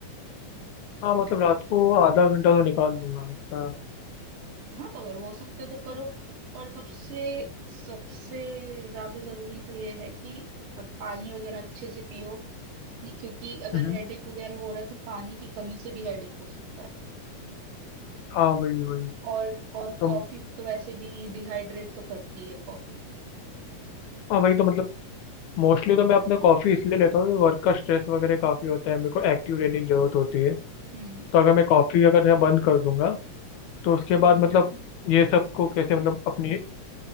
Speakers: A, on the left (about 75°); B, on the right (about 75°).
A: हाँ मतलब रात को आधा घंटा तो निकाल लूंगा मैं हाँ
B: हाँ तो अगर हो सकता है तो करो और सबसे सबसे ज्यादा जरूरी तो ये है कि अब पानी वगैरह अच्छे से पियो नहीं- क्योंकि अगर
A: हम्म,
B: हेडेक वगैरह हो रहा है तो पानी की कमी से भी हेडेक हो सकता है
A: हाँ, वही वही
B: और और
A: तो
B: कॉफी तो वैसे भी डिहाइड्रेट तो करती है कॉफी
A: हाँ वही तो मतलब मोस्टली तो मैं अपना कॉफ़ी इसलिए लेता हूँ वर्क का स्ट्रेस वगैरह काफ़ी होता है मेरे को एक्टिव रहने की ज़रूरत होती है
B: हम्म
A: तो अगर मैं कॉफ़ी अगर यहाँ बंद कर दूंगा तो उसके
B: हम्म
A: बाद मतलब ये सबको कैसे मतलब अपनी